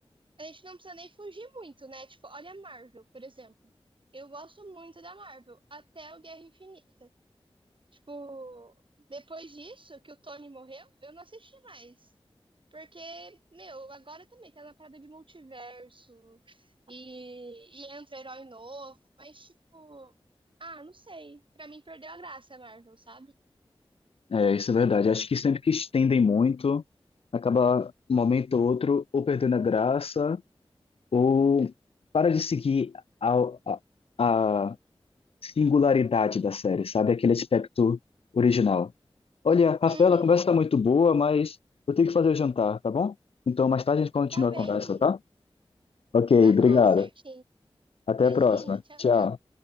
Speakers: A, on the right; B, on the left.
A: a gente não precisa nem fugir muito, né? Tipo, olha a Marvel, por exemplo. Eu gosto muito da Marvel, até o Guerra Infinita. Tipo, depois disso, que o Tony morreu, eu não assisti mais. Porque, meu, agora também tá na parada de multiverso e, e entra herói novo, mas tipo, ah, não sei. Pra mim perdeu a graça, Marvel, sabe?
B: É, isso é verdade. Acho que sempre que estendem muito, acaba um momento ou outro ou perdendo a graça ou para de seguir a, a, a singularidade da série, sabe? Aquele aspecto original. Olha, Rafaela,
A: Uhum,
B: a conversa está muito boa, mas eu tenho que fazer o jantar, tá bom? Então, mais tarde a gente continua
A: tá bem,
B: a conversa, tá? Ok,
A: tá
B: obrigado.
A: bom, certinho.
B: Até
A: Imagina,
B: a próxima.
A: tchau,
B: Tchau.
A: tchau.